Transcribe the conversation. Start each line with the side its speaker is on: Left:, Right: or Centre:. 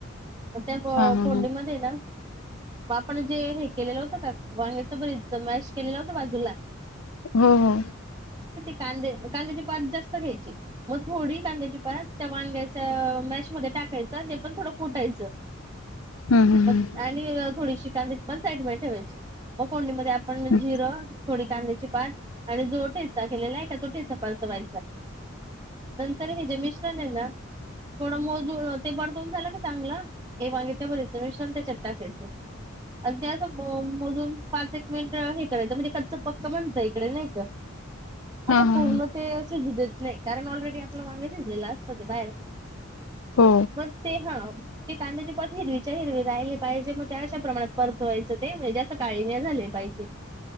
Right: त्या
Left: हां हां
Right: फोडणीमध्ये
Left: हां
Right: ना आपण जे हे केलेलं होतं का वांग्याचं भरीत मॅश केलेलं होत बाजूला
Left: हो हो.
Right: कां कांद्याची पात जास्त घ्यायची मग थोडी कांद्याची पात त्या वांग्याच्या मॅच मध्ये टाकायचे. टाकायच आणि ते पण थोडं खुटायचं.
Left: हं हं
Right: मग
Left: हं
Right: आणि थोडीशी कांद्याची पात साईटला ठेवायची मग फोडणीमध्ये आपण परत मग
Left: हं
Right: जिरं, आणि कांद्याची पाात आणि जोे ठेचा केलेला आहे का तोे परतवायचा. नंतर हे जे मिश्रण आहे ना, थोडं मोज ते परतवून झालं का चांगलं हे वांगेच भरीत मिश्रण त्याच्या टाका्यायचं. आणि ते मोजून पाच एक मिनिट हे करायचं म्हणजे. कच्च पक्क म्हणत इकडे नाही तर असं
Left: हां हां
Right: पूर्ण
Left: हां
Right: ते शिजू देत नाही. कारण ऑलरेडी आपलं वांग शिजलेलं असत ते बाहेर,
Left: हो
Right: पण ते हा, ते कांद्याची पत हिरवीच्या हिरवी राहिले पाहिजे मग त्या अशा प्रमाणात परतवायचं ते म्हणजे जास्त काळने झाले पा हिजे